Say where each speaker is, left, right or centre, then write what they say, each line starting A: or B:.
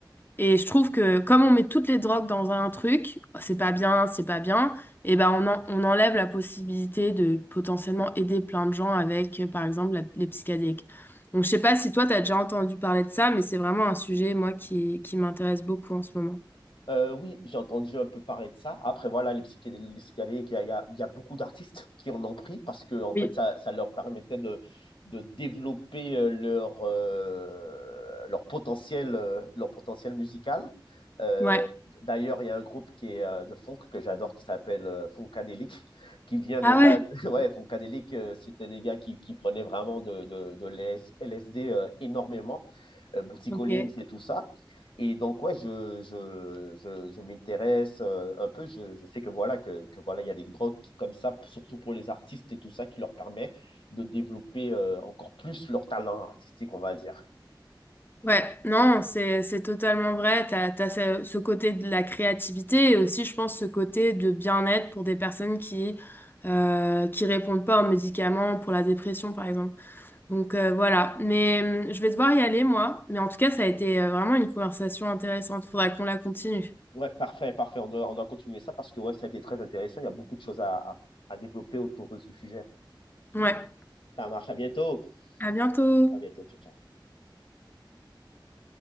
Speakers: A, on the left; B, on the left.
A: Et je trouve que comme on met toutes les drogues dans un truc, oh, c'est pas bien, c'est pas bien, et ben on, en- on enlève la possibilité de potentiellement aider plein de gens avec, euh, par exemple, la- les psychédéliques. Donc je sais pas si toi t'as déjà entendu parler de ça, mais c'est vraiment un sujet, moi, qui, qui m'intéresse beaucoup en ce moment.
B: Euh, oui, j'ai entendu un peu parler de ça. Après, voilà, les psychédéliques, les psychédéliques, il y a, il y a- il y a beaucoup d'artistes <laughs> qui en ont pris parce que, en
A: Oui.
B: fait, ça, ça leur permettait de, de développer euh, leur, euh, leur potentiel, euh, leur potentiel musical. Euh,
A: Ouais.
B: d'ailleurs, il y a un groupe qui est euh, de funk que j'adore qui s'appelle euh, Funkadelic, qui vient
A: Ah
B: de ça.
A: ouais?
B: <laughs> Ouais, Funkadelic, euh, c'était des gars qui, qui prenaient vraiment de, de, de l'LSD euh, énormément. Euh, Bootsy
A: Ok.
B: Collins et tout ça. Et donc, ouais, je, je, je, je m'intéresse euh, un peu. Je, je sais que voilà, que, que voilà, il y a des drogues qui- comme ça, surtout pour les artistes et tout ça, qui leur permet de développer euh, encore plus leur talent artistique, on va dire.
A: Ouais, non, c'est c'est totalement vrai. T'as t'as ce, ce côté de la créativité et aussi, je pense, ce côté de bien-être pour des personnes qui euh, qui répondent pas aux médicaments pour la dépression, par exemple. Donc euh, voilà. Mais hum, je vais devoir y aller, moi. Mais en tout cas, ça a été euh, vraiment une conversation intéressante. Faudra qu'on la continue.
B: Ouais, parfait, parfait. On doit, on doit continuer ça parce que ouais, ça a été très intéressant. Il y a beaucoup de choses à, à, à développer autour de ce sujet.
A: Ouais.
B: Ça marche. À bientôt.
A: À bientôt.
B: À bientôt. Ciao, ciao.